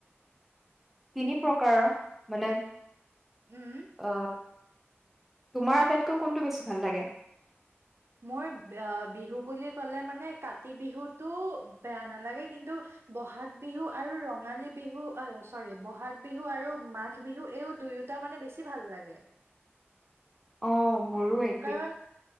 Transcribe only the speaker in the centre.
তিনি প্ৰকাৰ মানে
অ তোমাৰ আটাইতকৈ কোনটো বেছি ভাল লাগে।
অহ, মোৰো এক